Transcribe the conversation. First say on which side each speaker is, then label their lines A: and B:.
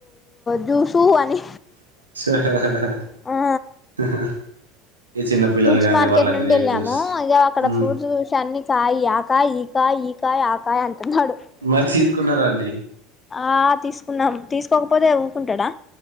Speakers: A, on the left (about 20°); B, on the right (about 80°).
A: జ్యూసు అని.
B: <unintelligible>
A: ఆ
B: పిల్లలు
A: ఫ్రూట్స్
B: కాండి
A: మార్కెట్
B: వాళ్ళకి
A: నుండి వెళ్ళాము,
B: ఏది చూస్
A: అ అక్కడ
B: మ్మ్.
A: ఫ్రూట్స్ చూసి అన్ని కాయి, ఆకాయి, ఈకాయి. కాయ, ఆకాయ అన్ <unintelligible>
B: మరి తీసుకున్నారా అండి
A: ఆ తీసుకున్నాం తీసుకోకపోతే వ్ ఉకుంటాడా!